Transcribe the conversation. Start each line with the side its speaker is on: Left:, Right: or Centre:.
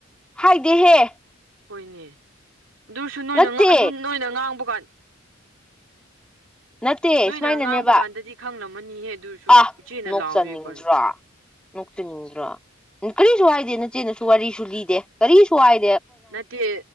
Centre: ꯍꯥꯏꯗꯦꯍꯦ
Right: ꯍꯣꯏꯅꯦ ꯑꯗꯨꯁꯨ ꯅꯣꯏꯅ
Centre: ꯅꯠꯇꯦ
Right: ꯑꯗꯨ ꯅꯣꯏꯅ ꯉꯥꯡꯕ ꯀꯥꯟ
Centre: ꯅꯠꯇꯦ
Right: ꯅꯣꯏꯅ
Centre: ꯁꯨꯃꯥꯏꯅꯅꯦꯕ
Right: ꯉꯥꯡꯕ ꯀꯥꯟꯗꯗꯤ ꯈꯪꯂꯝꯃꯅꯤꯍꯦ ꯑꯗꯨꯁꯨ
Centre: ꯑ
Right: ꯏꯆꯦꯅ
Centre: ꯅꯣꯛꯆꯅꯤꯡꯗ꯭ꯔꯣ
Right: ꯂꯥꯎꯋꯤ ꯀꯩꯅꯣ
Centre: ꯅꯣꯛꯆꯅꯤꯡꯗ꯭ꯔꯣ ꯀꯔꯤꯁꯨ ꯍꯥꯏꯗꯦ ꯅ ꯏꯆꯦꯅꯁꯨ ꯋꯥꯔꯤꯁꯨ ꯂꯤꯗꯦ ꯀꯔꯤꯁꯨ ꯍꯥꯏ
Right: ꯅꯠꯇꯦ